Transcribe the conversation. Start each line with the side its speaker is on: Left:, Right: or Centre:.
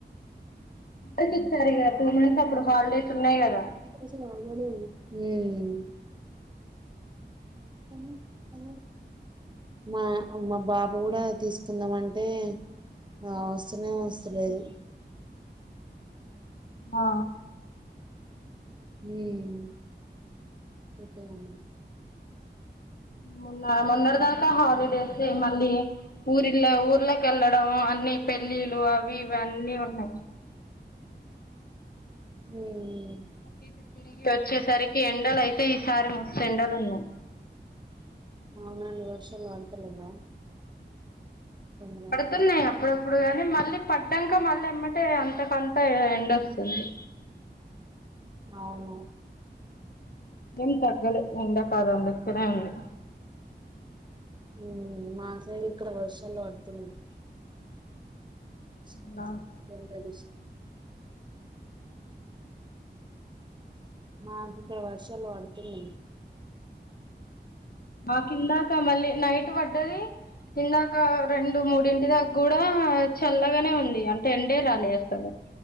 Left: ఇచ్చేస్తారి గా టూ మంత్స్ అప్పుడు హాలిడేస్ ఉన్నాయి
Right: మ్
Left: కదా
Right: <unintelligible> ఆ మా బాబు కూడా తీసుకుందాం అంటే ఆ వస్తనే వస్తలేదు
Left: ఆ
Right: మ్ చెప్పాలి
Left: మొన్న మొన్నటి దంకా హాలిడేస్ మళ్ళీ ఊరిళ ఊర్లోకెళ్ళడం అన్ని పెళ్ళిలు అవి ఇవి అన్నీ ఉన్నాయి
Right: మ్
Left: అటు ఇటు తిరిగి వచ్చేసరికి ఎండలు అయితే ఈసారి మస్తు ఎండలు ఉన్నాయి
Right: అవునండి వర్షాలు పడతలేవా? రెండు రోజులు?
Left: పడుతున్నాయ్ అప్పుడప్పుడు కానీ మళ్ళీ పడ్డంక మళ్ళె ఎమ్మటనే కొంత ఎండొస్తుంది
Right: అవును
Left: ఏం తగ్గలే ఎండ చాలా ముస్తనే ఉంది
Right: ఉమ్ మాసైడు ఇక్కడ వర్షాలు పడుతుంది ష
Left: అవునా
Right: <unintelligible> మాకు ఇక్కడ వర్షాలు పడుతున్నాయ్
Left: మాకిందకా మళ్ళీ నైట్ పడ్డది ఇందాక రెండు మూడింటి దా కూడా చల్లగానే ఉం ంది అంటే ఎండే రాలే అసలు